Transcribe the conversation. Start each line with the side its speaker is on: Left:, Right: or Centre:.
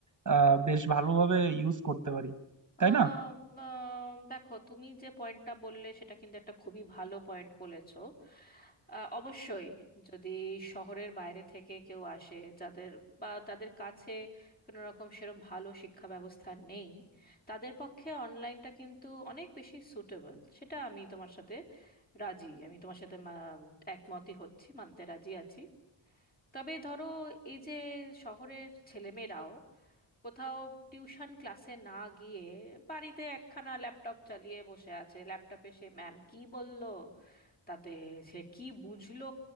Right: আহ বেশ ভালোভাবে ইউজ করতে পারি
Left: আহ,
Right: তাই না
Left: উম, দেখো তুমি যে পয়েন্টটা বললে সেটা কিন্তু একটা খুবই ভালো পয়েন্ট বলেছো আহ, অবশ্যই যদি শহরের বাইরে থেকে কেউ আসে যাদের বা যাদের কাছে কোনো রকম সেরকম ভালো শিক্ষা ব্যবস্থা নেই তাদের পক্ষে অনলাইনটা কিন্তু অনেক বেশি সুটেবল সেটা আমি তোমার সাথে রাজি আমি তোমার সাথে মা- একমতই হচ্ছি মানতে রাজি আছি তবে ধরো এই যে শহরের ছেলেমেয়েরাও কোথাও টিউশন ক্লাসে না গিয়ে বাড়িতে একখানা ল্যাপটপ চালিয়ে বসে আছে ল্যাপটপে সে ম্যাম কি বলল তাতে সে কি বুঝলো